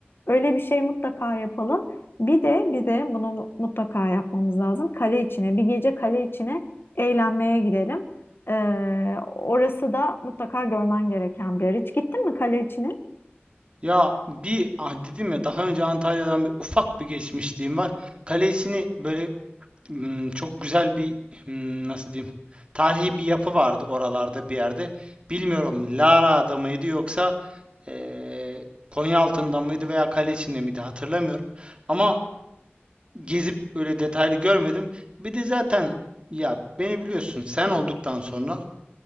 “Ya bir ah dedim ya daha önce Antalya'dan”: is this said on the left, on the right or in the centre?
Right